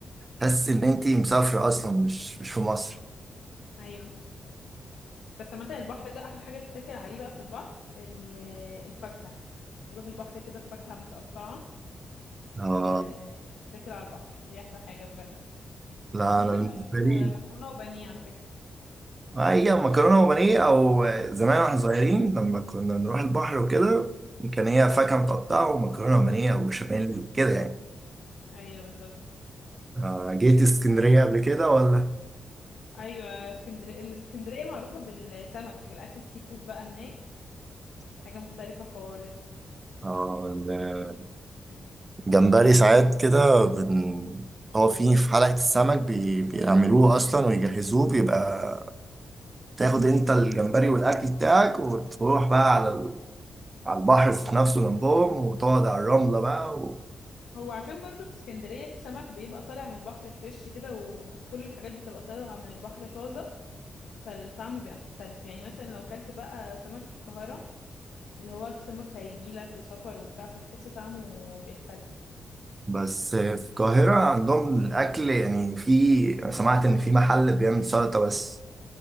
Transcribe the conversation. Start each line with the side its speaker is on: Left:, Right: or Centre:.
Right: بحس إن أنتي مسافرة أصلا مش مش في مصر
Left: ايوه بس عامة البحر ده أحلى حاجة تتاكل عليه بقى في البحر ال- الفاكهة تروح البحر كده بفاكهة متقطعة
Right: آه
Left: وتاكل على البحر دي أحلى حاجة بجد
Right: لا
Left: ممكن
Right: أنا بالنسبة
Left: برضه
Right: لي
Left: مكرونة وبانيه على فكرة
Right: هي مكرونة وبانيه أو زمان واحنا صغيرين لما كنا نروح البحر وكده كان هي فاكهة متقطعة ومكرونة وبانيه أو بشاميل كده يعني
Left: أيوة بالظبط
Right: آه جيت اسكندرية قبل كده ولا؟
Left: أيوة اسكندرية الاسكندرية معروفة بالسمك الأكل السي فود بقى هناك حاجة مختلفة خالص
Right: آه
Left: يعني
Right: جمبري ساعات كده بن... هو في في حلقة السمك بي... بيعملوه أصلا ويجهزوه بيبقى تاخد أنت الجمبري والأكل بتاعك وتروح بقى على ال... على البحر في نفسه جنبهم وتقعد على الرملة بقى و...
Left: هو عشان برضو في اسكندرية السمك بيبقى طالع من البحر فريش كده و- وكل الحاجات بتبقى طالعة من البحر طازة فالطعم بيبقى مختلف يعني مثلا لو كلت بقى سمك في القاهرة اللي هو السمك هيجيلك وسفر وبتاع فتحس طعمه بيختلف
Right: بس في القاهرة عندهم الأكل يعني في أنا سمعت إن في محل بيعمل سلطة بس